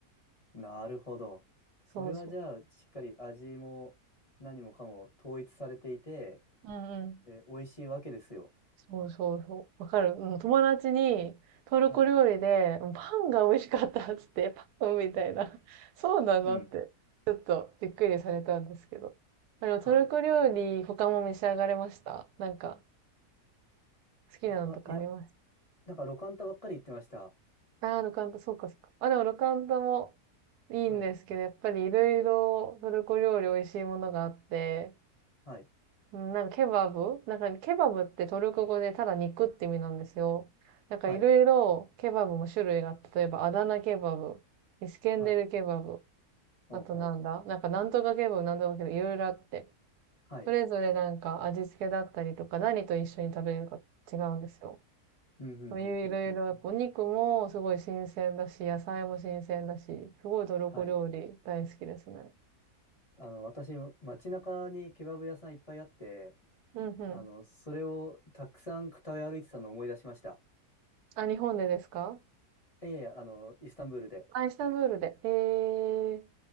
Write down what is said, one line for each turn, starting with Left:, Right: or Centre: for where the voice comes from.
Left: なるほど。それはじゃあ、
Right: そうそう。
Left: しっかり味も何もかも統一されていて、
Right: うんうん。
Left: で、美味しいわけですよ。
Right: そうそうそう。わかる。うん、友達に、トルコ料理で、
Left: はい。
Right: パンが美味しかったっつって、パンみたいな。<laughs> そうなのって、
Left: うん。
Right: ちょっとびっくりされたんですけど。あの、
Left: はい。
Right: トルコ料理、他も召し上がれましたなんか、好きなのとかあります
Left: 他、いや、なんか、ロカンタばっかり言ってました。
Right: ああー、ロカンタ、そうか、そうか。あ、でもロカンタもいいんですけど、
Left: はい。
Right: やっぱりいろいろトルコ料理美味しいものがあって、
Left: はい。
Right: うんなんかケバブなんかケバブってトルコ語でただ肉って意味なんですよ。なんかいろいろケバブも種類があって、
Left: はい。
Right: 例えばアダナケバブ、イスケンデルケバブ、
Left: はい。ほうほう。
Right: あとなんだなんかなんとかケバブ、なんとかケバブ、いろいろあって。
Left: はい。
Right: それぞれなんか味付けだったりとか何と一緒に食べるか違うんですよ。
Left: うん、うん、
Right: そういういろいろ、
Left: うん、うん、うんうん。
Right: やっぱお肉もすごい新鮮だし、野菜も新鮮だし、すごいトルコ料理大好きですね。
Left: はい。あの、私、街中にケバブ屋さんいっぱいあって、
Right: うんうん。
Left: あの、それをたくさん食べ歩いてたのを思い出しました。
Right: あ、日本でですか
Left: いやいや、あの、イスタンブールで。
Right: あ、イスタンブールで。えー。